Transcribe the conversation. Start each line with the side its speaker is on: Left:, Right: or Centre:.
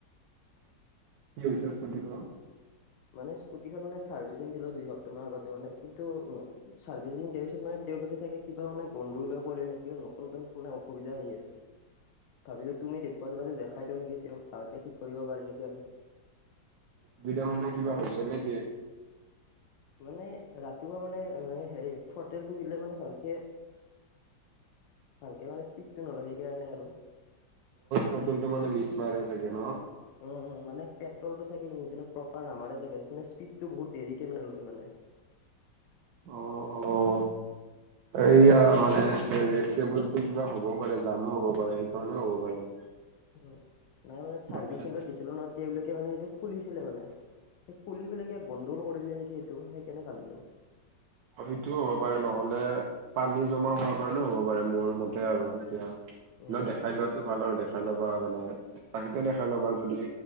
Right: <unintelligible>
Left: মানে স্কুটিখন মানে চাৰ্ভিচিং দিলো দুই সপ্তাহমান আগতে মানে, কিন্তু ছাৰ্ভিচিং দিয়াৰ পিছত মানে তেওঁলোকে চাগে কিবা মানে গণ্ডগোলে কৰিল নেকি নতুন-নতুন মানে অসুবিধা আহি আছে। ভাবিলো তুমি দেখুৱাজনকে দেখাই দিওঁ নেকি তেওঁক ভালকে ঠিক কৰিব পাৰে নেকি আৰু।
Right: অসুবিধা মানে কিবা হৈছে নে কি।
Left: মানে ৰাতিপুৱা মানে হেৰি <unintelligible> দিলে মানে ভালকে ভালকে মানে স্পীডটো নলয়, সেইকাৰণে আৰু।
Right: নতুনটো মানে মিছ <unintelligible> থাকে ন।
Left: উম, উম, মানে পেট্ৰলটো চাগে ইঞ্জিনত প্ৰপাৰ নামাৰে চাগে, মানে স্পীডটো বহুত দেৰিক মানে লয় মানে।
Right: অ অ এইয়া মানে ৰেচ <unintelligible> টো কিবা হ'বও পাৰে জামো হ'ব পাৰে, সেই কাৰণেও হ'ব পাৰে।
Left: উম, নাই মানে চাৰ্ভিচ
Right: নহ'লে
Left: চেণ্টাৰত দিছিলো ন, তেওঁলোকে মানে সেইটো খুলিছিলে মানে। সেই খুলি পেলাই কিবা গণ্ডগোল কৰিলে নেকি সেইটো, সেইকাৰণে ভাবিলোঁ।
Right: অ', সেইটোও হ'ব পাৰে নহ'লে পানী জমা হোৱা কাৰণেও হ'ব পাৰে মোৰ মতে আৰু এতিয়া। হ'লেও
Left: উম
Right: দেখাই লোৱাতোৱে ভাল আৰু দেখাই ল'বা মানে <unintelligible> দেখাই ল'বা যদি